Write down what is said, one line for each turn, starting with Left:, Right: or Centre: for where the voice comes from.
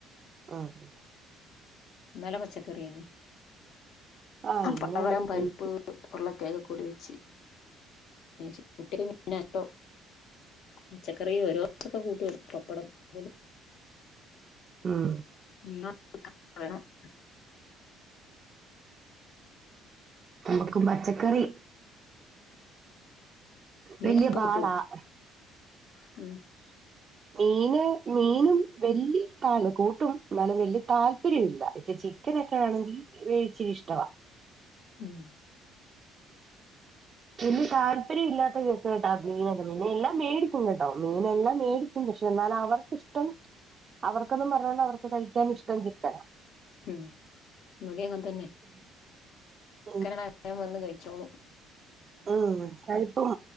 Right: അഹ്.
Left: ഇന്നലെ പച്ചക്കറിയായിനി.
Right: ആഹ്
Left: അപ്പട്ടവലം
Right: ഇന്ന്
Left: പരിപ്പ്.
Right: എനിക്ക്
Left: ഉരുളക്കെങ് ഒക്കെ കൂടി വെച്ച് <unintelligible> കുട്ടികൾക് മീനട്ടോ- പച്ചക്കറി ഓരോ ദിവസൊക്കെ കൂട്ട് പപ്പടം പോലും.
Right: ഉം.
Left: <unintelligible>
Right: നമ്മക്കും പച്ചക്കറി
Left: മീനൊക്കെ
Right: വലിയ പാടാ
Left: കൂ <unintelligible>
Right: മീന് മീനും വല്ല്യാ ത കൂട്ടും എന്നാലും വല്ലിയ താല്പര്യം ഇല്ല ച ചി ക്കനൊക്കെ ആണെങ്കിൽ വേച്ചിരി ഇഷ്ട്ടാ-
Left: ഉം.
Right: പിന്നെ താല്പര്യം ഇല്ലാത്ത കേസ്കേട്ട മീനൊക്കെ മീന എല്ലാം മേടിക്കും കേട്ടോ മീനെല്ലാം മേടി പക്ഷെ എന്നാല അവർക്കിഷ്ടം അവർക്കതും പറഞ്ഞോണ്ട് അവർക്ക് കഴിക്കൻ ഇഷ്ടം ചിക്കന.
Left: ഉം ഇവിടിം അങ്ങതന്നെ-
Right: <inaudible>
Left: ക്കന എപ്പളെ വന്ന് കഴിച്ചോളും
Right: ഉം കഴിപ്പും